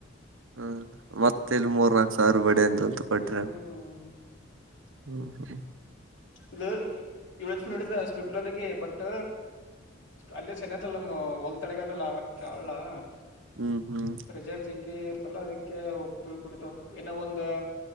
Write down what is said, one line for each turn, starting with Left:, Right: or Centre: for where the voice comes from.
Right: ಹ್ಮ್ ಮತ್ತ ಇಲ್ಲಿ ಮೂರ್ನಾಾಕು ಸಾವಿರ ಬಡ ಅಂತಂತ ಕೊಟ್ರೆ
Left: ಹ್ಮ್
Right: ಹ್ಮ್ ಹ್ಮ
Left: ಇದು ಇ <unintelligible> ಸ್ಡ ಸ್ಪ್ರಿಂಕ್ಲರ್ ಬಟ್ ಅಲ್ಲೇ ಸೆನ್ತಲ್ಲ ನಮ್ ಹೊಲ್ ತಡೆಗತಲ್ಲ <unintelligible>
Right: ಹ್ಮ್ ಹ್ಮ್
Left: ರಿಸಲ್ಟ್ ಚಿಗ್ಗಿ ಇರ್ತಲ್ಲ ಅದಕ್ಕೆ ಉಪ್ಪು ಇಡೀತಾವ್ ಇನ್ನ ಒಂದ